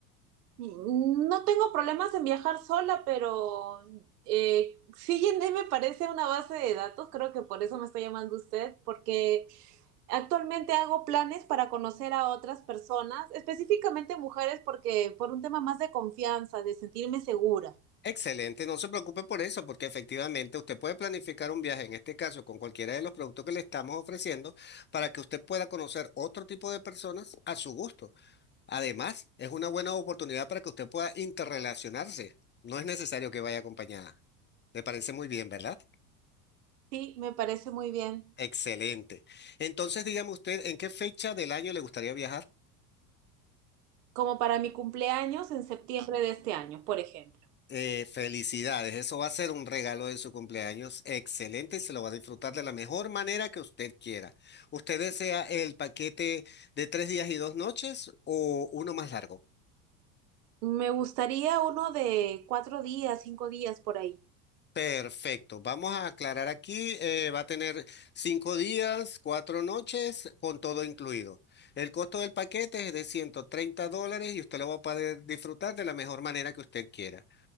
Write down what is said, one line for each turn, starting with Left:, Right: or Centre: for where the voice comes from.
Right: Mm, No tengo problemas en viajar sola, pero eh, sí, <laughs> Yandé me parece una base de datos, creo que por eso me está llamando usted, porque Actualmente hago planes para conocer a otras personas, específicamente mujeres, porque por un tema más de confianza, de sentirme segura.
Left: Excelente, no se preocupe por eso, porque efectivamente usted puede planificar un viaje, en este caso con cualquiera de los productos que le estamos ofreciendo, para que usted pueda conocer otro tipo de personas a su gusto. Además, es una buena oportunidad para que usted pueda interrelacionarse. No es necesario que vaya acompañada. Me parece muy bien, ¿verdad?
Right: Sí, me parece muy bien.
Left: Excelente. Entonces, dígame usted, ¿en qué fecha del año le gustaría viajar?
Right: Como para mi cumpleaños en septiembre de este año, por ejemplo.
Left: Eh, felicidades, eso va a ser un regalo de su cumpleaños excelente y se lo va a disfrutar de la mejor manera que usted quiera. ¿Usted desea el paquete de tres días y dos noches o uno más largo?
Right: Me gustaría uno de cuatro días, cinco días por ahí.
Left: Perfecto, vamos a aclarar aquí, eh, va a tener cinco días, cuatro noches, con todo incluido. El costo del paquete es de 130 dólares y usted lo va a poder disfrutar de la mejor manera que usted quiera.